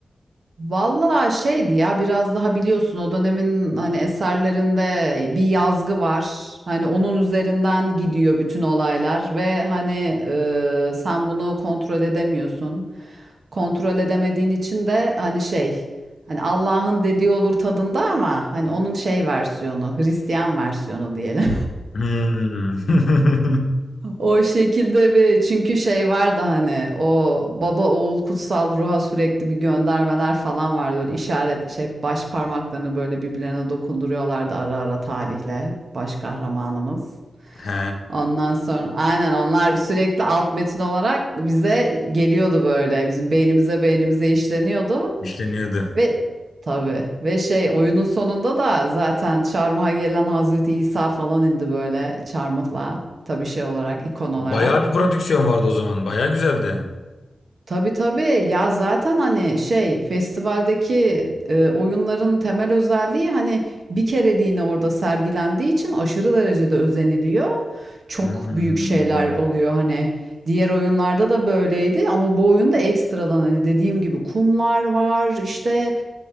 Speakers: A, on the right (about 55°); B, on the left (about 75°).
A: Vallahi şeydi ya biraz daha biliyorsun o dönemin hani eserlerinde bir yazgı var. Hani onun üzerinden gidiyor bütün olaylar ve hani e, sen bunu kontrol edemiyorsun. Kontrol edemediğin için de hani şey hani Allah'ın dediği olur tadında ama hani onun şey versiyonu Hristiyan versiyonu diyelim.
B: Hmm. <laughs>
A: O şekilde bir çünkü şey vardı hani o baba oğul kutsal ruha sürekli bir göndermeler falan vardı böyle işaret şey baş parmaklarını böyle birbirlerine dokunduruyorlardı ara ara talihle baş kahramanımız.
B: He.
A: Ondan sonra aynen onlar sürekli alt metin olarak bize geliyordu böyle bizim beynimize beynimize işleniyordu
B: İşleniyordu.
A: ve tabii ve şey oyunun sonunda da zaten çarmıha gelen Hazreti İsa falan indi böyle çarmıhla tabii şey olarak ikon olarak.
B: Bayağı bir prodüksiyon vardı o zaman. Bayağı güzeldi.
A: Tabii, tabii. Ya, zaten, hani, şey, festivaldeki, eee, oyunların temel özelliği, hani, bir kereliğine orada sergilendiği için aşırı derecede özeniliyor. Çok
B: Hmm.
A: büyük şeyler oluyor, hani. Diğer oyunlarda da böyleydi ama bu oyunda ekstradan, hani, dediğim gibi kumlar var, işte,